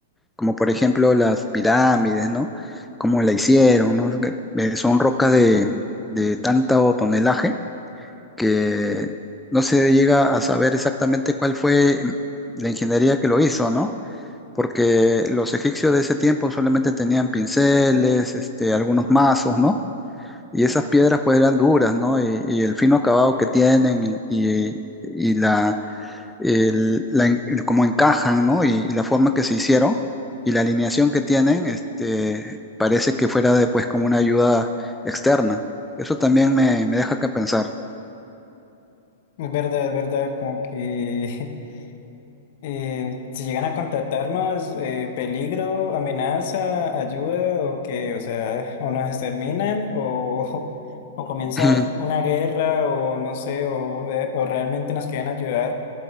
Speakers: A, in the centre; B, on the left.
A: Como por ejemplo las pirámides, ¿no? Cómo la hicieron, ¿no? Que, eh, Son rocas de, de tanto tonelaje que no se llega a saber exactamente cuál fue la ingeniería que lo hizo, ¿no? Porque los egipcios de ese tiempo solamente tenían pinceles, este, algunos mazos, ¿no? Y esas piedras pues eran duras, ¿no? Y, y el fino acabado que tienen y, y- y la, el- la en- el cómo encajan, ¿no? Y, y la forma que se hicieron y la alineación que tienen, este, parece que fuera de, pues como una ayuda externa. Eso también me, me deja que pensar.
B: Es verdad, es verdad, como que <laughs> Eh, si llegan a contratarnos, eh, peligro, amenaza, ayuda, o que, o sea, <laughs> o nos exterminan, o, <laughs> o comienza
A: <laughs>
B: una guerra, o no sé, o, re- o realmente nos quieren ayudar.